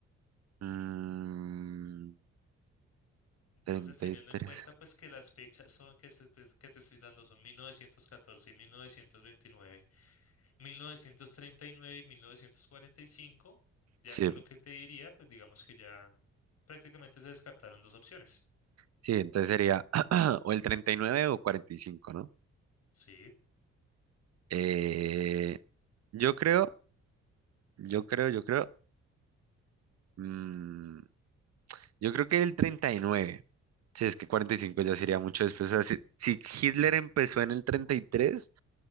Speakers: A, on the right (about 55°); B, on the left (about 55°).
A: Mm,
B: Entonces,
A: 33.
B: teniendo en cuenta pues que las fechas son, que, se te- que te estoy dando son 1914 y 1929. mil novecientos treinta y nueve y y mil novecientos cuarenta y cinco ya
A: Sí,
B: con lo que te diría, pues digamos que ya prácticamente se descartaron dos opciones.
A: sí, entonces sería <clears throat> o el 39 o 45, ¿no?
B: Sí,
A: Eh, yo creo, yo creo, yo creo. mm, yo creo que el treinta y nueve, Sí, es que 45 ya sería mucho después. O sea, si, si Hitler empezó en el treinta y tres,